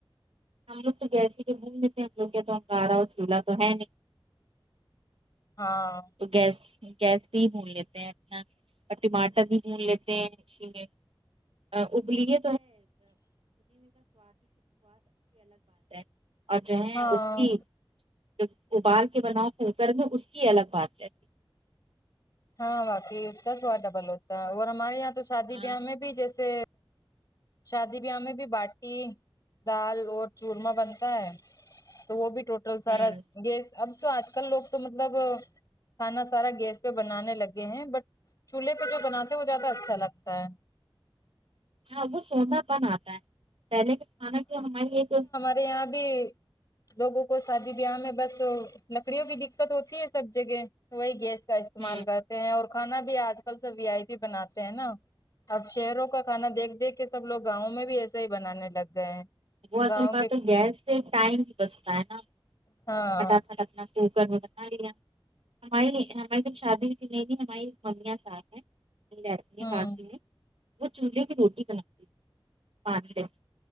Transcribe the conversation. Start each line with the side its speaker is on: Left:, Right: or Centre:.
Right: ہم لوگ تو گیس ہی کے گھوم لیتے ہیں ہم لوگ کیا تو انگارا اور چولہا تو ہے نہیں
Left: ہاں
Right: تو گیس گیس بھی ہی بھون لیتے ہیں اپنا اور ٹماٹر بھی بھون لیتے ہیں اسی میں آ ابلیے <unintelligible> اور جو ہے
Left: ہاں
Right: اس کی جب ابال کے بناؤ کوکر میں اس کی الگ بات ہے
Left: ہاں واقع اس کا سواد ڈبل ہوتا ہے اور ہمارے یہاں تو شادی
Right: ہے ہاں
Left: بیاہ میں بھی جیسے شادی بیاہ میں بھی باٹی دال اور چورمہ بنتا ہے تو وہ بھی ٹوٹل سارا
Right: ہ
Left: گیس اب تو آج کل لوگ تو مطلب کھانا سارا گیس پے بنانے لگے ہیں بٹ چولہے پے جو بناتے ہیں وہ زیادہ اچھا لگتا ہے
Right: ہاں وہ سوندا پن آتا ہے پہلے کے کھانا جو ہماری ایک
Left: ارے یہاں بھی لوگوں کو شادی بیا میں بس لکڑیوں کی دقت ہوتی ہے سب جگے وہی گیس کا استعمال
Right: ہ
Left: کرتے ہیں اور کھانا بھی آج کل سب وی آئی پی بناتے ہیں نا اب شہروں کا کھانا دیکھ دیکھ کے سب لوگ گاؤں میں بھی ایسے ہی بنانے لگ گئے ہیں
Right: وہ اصل
Left: گاؤں
Right: بات
Left: کے
Right: ہے گیس سے ٹائم بھی بچتا ہے نا
Left: ہاں
Right: پھٹافٹ اپنا ف <unintelligible> ہمیں ہمیں جب شادی ہوئی تھی نئی نئی ہمیی ممیا ساس ہے لتی ہیں
Left: ہوں
Right: کافی میں وہ چولہے کی روٹی بناتی تھی پانی رہتی